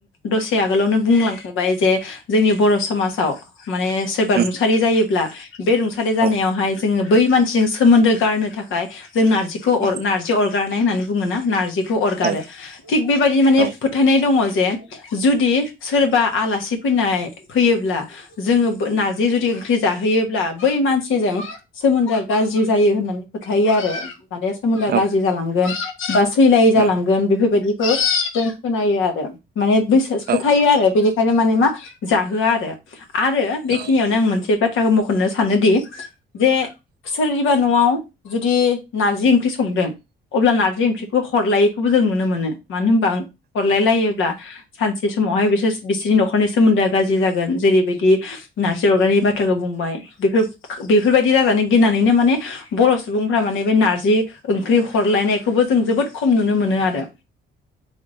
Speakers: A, on the left; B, on the right.
A: दसे आगोलावनो बुंलांखांबाय जे जोंनि बर' समाजाव माने सोरबा
B: उम
A: रुंसारि जायोब्ला बे रुंसारि जानायावहाय
B: औ
A: जोङो बै मानसिजों सोमोन्दो गारनो थाखाय जों नारजिखौ
B: उम
A: अर नार गारनाय होननानै बुङोना नारजि खौ अरगारो
B: औ
A: थिख बेबायदिनो माने
B: औ
A: फोथायनाय दङ जे जुदि सोरबा आलासि फैनाय फैयोब्ला जोङो नारजि जुदि ओंख्रि जाहोयो ब्ला बै मानसिजों सोमोनदोआ गाज्रि जायो होननानै फोथायो आरो माने सोमोन
B: औ
A: गाज्रि जालांगोन बा स सैलायै जालांगोन
B: उम औ
A: बेफोरबादि खौ जों खोनायो आरो। माने बिसास फोथायो
B: औ
A: आरो बिदि ओंखायनो माने मा जाहोआ आरो। आरो बेखिनियावनो
B: औ
A: आं मोनसे बाथ थ्राखो मख'नो सानोदि जे सोरनिबा न'आव जुदि नार्जि ओंख्रि सं <unintelligible> अब्ला नार्जि ओंख्रिखौ हरलाय - खौबो जों नुनो मोनो। मानो होनबा हरलाय लायोब्ला सानसे समावहाय बिसोर बिसोरनि नखरनि सोमोन्दोआ गाज्रि जागोन जेरैबायदि नार्जि अरगारनाय बाथ्राखौ बुंबाय बेफोर बेफोरबायदि जाजानो गिनानैनो माने बर सुबुंफ्रा माने बे नार्जि ओंख्रि हरलायनायखौबो जों जोबोद खम नुनो मोनो आरो।